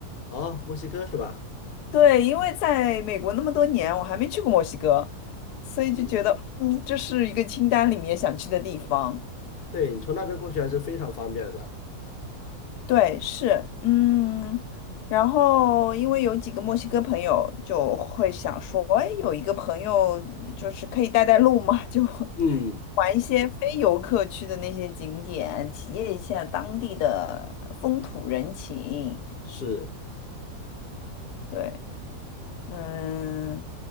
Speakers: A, on the left; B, on the left.
A: 哦，墨西哥是吧？
B: 对，因为在美国那么多年，我还没去过墨西哥，所以就觉得，
A: 嗯，
B: 嗯，这是一个清单里面想去的地方。
A: 对，你从那边过去还是非常方便的。
B: 对，是，嗯，然后因为有几个墨西哥朋友，就会想说，哎，有一个朋友就是可以带带路嘛，就 <laughs>
A: 嗯，
B: 玩一些非游客去的那些景点，体验一下当地的风土人情。
A: 是，
B: 对，嗯，